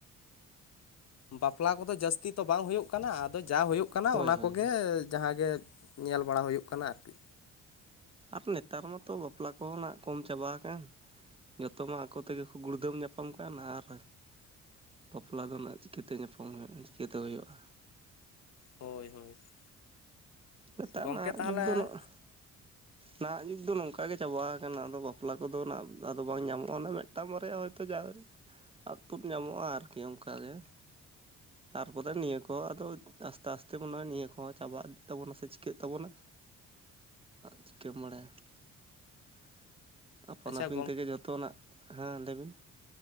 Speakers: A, on the left (about 60°); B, on the right (about 20°).
A: ᱵᱟᱯᱞᱟ ᱠᱚᱫᱚ ᱡᱟᱹᱥᱛᱤ ᱫᱚ ᱵᱟᱝ ᱦᱚᱭᱳᱜ ᱠᱟᱱᱟ ᱟᱫᱚ ᱡᱟ ᱦᱚᱭᱳᱜ ᱠᱟᱱᱟ
B: ᱦᱳᱭ
A: ᱚᱱᱟ
B: ᱦᱳᱭ
A: ᱠᱚᱜᱮ ᱡᱟᱦᱟᱸᱜᱮ- ᱧᱮᱞ ᱵᱟᱲᱟ ᱦᱚᱭᱳᱜ ᱠᱟᱱᱟ ᱟᱨᱠᱤ᱾
B: ᱟᱨ ᱱᱮᱛᱟᱨ ᱢᱟᱛᱚ ᱵᱟᱯᱞᱟ ᱠᱚᱦᱚᱸ ᱱᱟᱜ ᱠᱚᱢ ᱪᱟᱵᱟ ᱟᱠᱟᱱ᱾ ᱡᱚᱛᱚ ᱢᱟ ᱟᱠᱚᱛᱜᱮ ᱠᱚ ᱜᱩᱲᱫᱟᱹᱢ ᱧᱟᱯᱟᱢ ᱠᱟᱜᱼᱟ ᱱᱟ ᱟᱨ, ᱵᱟᱯᱞᱟ ᱫᱚ ᱱᱟᱸᱜ ᱪᱤᱠᱟᱹᱛᱮ ᱧᱟᱯᱟᱢ ᱦᱩᱭᱩᱜᱼᱟ ᱪᱤᱠᱟᱹᱛᱮ ᱦᱚᱭᱳᱜᱼᱟ᱾
A: ᱦᱳᱭ ᱦᱳᱭ <inaudible>
B: ᱱᱮᱛᱟᱨ
A: ᱜᱚᱢᱠᱮ
B: ᱱᱟᱦᱟᱜ
A: ᱛᱟᱦᱚᱞᱮ
B: ᱡᱩᱜᱽ ᱫᱚ ᱱᱚᱜᱥᱭ, ᱱᱟᱦᱟᱜ ᱡᱩᱜᱽ ᱫᱚ ᱱᱚᱝᱠᱟ ᱜᱮ ᱪᱟᱵᱟ ᱟᱠᱟᱱᱟ ᱟᱫᱚ ᱵᱟᱯᱞᱟ ᱠᱚ ᱫᱚ ᱱᱟᱜ ᱟᱫᱚ ᱵᱟᱝ ᱧᱟᱢᱚᱜᱼᱟ, ᱚᱱᱟ ᱢᱤᱴ ᱢᱤᱫᱴᱟᱝ ᱵᱟᱨᱭᱟ ᱦᱚᱭᱛᱚ ᱡᱟ ᱟᱫ ᱛᱩᱫ ᱧᱟᱢᱚᱜᱼᱟ ᱟᱨᱠᱤ ᱚᱱᱠᱟ ᱜᱮ᱾ ᱛᱟᱨᱯᱚᱨᱮ ᱱᱤᱭᱟᱹ ᱠᱚ ᱟᱫᱚ ᱟᱥᱛᱮ ᱟᱥᱛᱮ ᱢᱚᱱᱮ ᱦᱚᱭ ᱱᱤᱭᱟᱹ ᱠᱚ ᱦᱚᱸ ᱪᱟᱵᱟᱜ᱾ ᱛᱟᱵᱚᱱᱟ ᱥᱮ ᱪᱤᱠᱟᱹᱜ ᱛᱟᱵᱚᱱᱟ ᱪᱤᱠᱟᱹᱢ ᱵᱟᱲᱟᱭ ᱾ ᱟᱯᱟᱱ
A: ᱟᱪᱪᱷᱟ
B: ᱟᱹᱯᱤᱱ ᱛᱮ ᱜᱮ ᱡᱷᱚᱛᱚᱱᱟᱜ ᱠᱷᱟᱱ ᱞᱮᱵᱤᱱ,